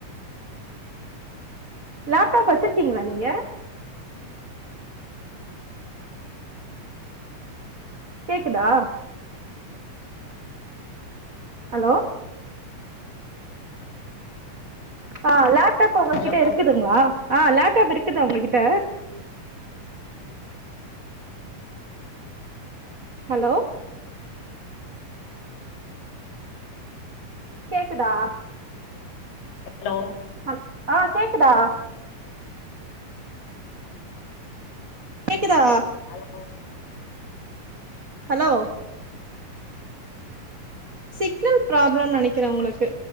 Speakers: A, on the right (about 65°); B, on the left (about 80°).
A: லேப்டாப் வச்சுர்கீங்குளா நீங்க கேக்குதா ஹலோ ஆ லேப்டாப் உங்ககிட்ட
B: ஹலோ
A: இருக்குதுங்களா ஆ லேப்டாப் இருக்குதா உங்ககிட்ட ஹலோ கேக்குதா
B: ஹலோ
A: அ ஆ கேக்குதா கேக்குதா
B: ஹலோ
A: ஹலோ சிக்னல் ப்ராப்ளோ நெனைக்கிற உங்ளுக்கு